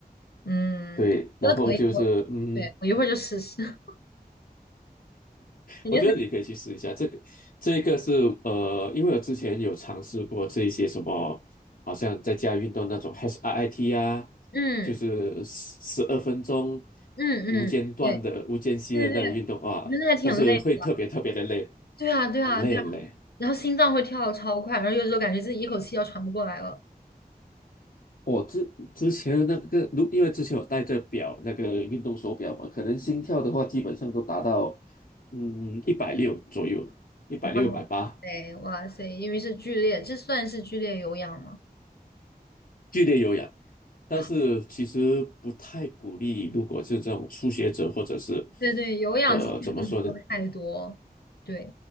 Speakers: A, on the left (about 85°); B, on the left (about 65°).
A: 嗯，
B: 对，然后就是，
A: 觉得可以，我对我一会儿就试试，
B: 嗯，
A: <laughs> 感觉很，
B: 我觉得你可以去试一下这个，这个是呃，因为我之前有尝试过这一些什么，好像在家运动那种 HIIT 啊，
A: 嗯
B: 就是十十二分钟
A: 嗯嗯，
B: 无间断的、
A: 对
B: 无间隙的那种运动啊，
A: 对对对，我觉得还挺累的。
B: 但是会特别特别的累，
A: 对啊对啊对啊，
B: 很累很累。
A: 然后心脏会跳的超快，然后有时候感觉自己一口气要喘不过来了。
B: 我之之前那个，如因为之前我戴着表，那个运动手表嘛，可能心跳的话，基本上都达到嗯一百六左右，一百六、
A: 哇
B: 一百八，
A: 塞哇塞，因为是剧烈，这算是剧烈有氧吗？
B: 剧烈有氧。但是其实不太鼓励，
A: 啊，
B: 如果是这种初学者或者是
A: 对对，有氧其实嗯不能做太多。
B: 呃怎么说呢？
A: 对